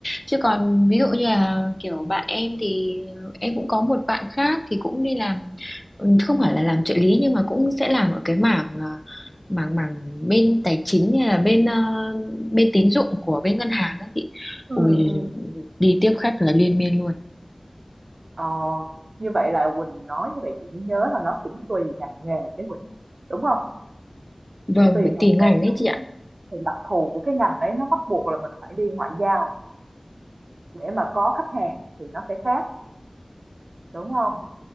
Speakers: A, on the left; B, on the right.
A: chứ còn ví dụ như là kiểu bạn em thì em cũng có một bạn khác thì cũng đi làm ừ, không phải là làm trợ lý nhưng mà cũng sẽ làm ở cái mảng ờ, mảng mảng bên tài chính hay là bên ờ, bên tín dụng của bên ngân hàng ấy chị
B: ừ
A: ui
B: ừ
A: đi tiếp khách là liên miên luôn
B: Ờ, như vậy là Quỳnh nói như vậy chị mới nhớ là nó cũng tùy ngành nghề đấy Quỳnh đúng không
A: vâng
B: tùy
A: phải
B: Dạ, ngành
A: tùy ngành
B: nghề
A: đấy
B: đúng
A: chị ạ
B: rồi thì đặc thù của cái ngành đấy nó bắt buộc là mình phải đi ngoại giao để mà có khách hàng thì nó sẽ khác đúng không